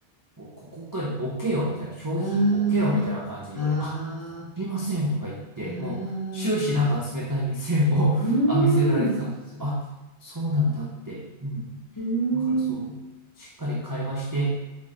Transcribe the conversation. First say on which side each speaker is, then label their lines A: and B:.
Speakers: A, on the right; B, on the left.
A: こうここかに置けよ、みたいな。商品置けよ、
B: ーん、
A: みたいな感じに言われ、
B: あああ
A: あ、すみません、とか言って、
B: あああ
A: もう、終始なんか冷たい目線を
B: うーん、
A: <laughs> 浴びせられてたんですよ。
B: う
A: あ、そうなんだって。うん。
B: ーん、
A: だからそう、
B: う
A: しっかり会話して、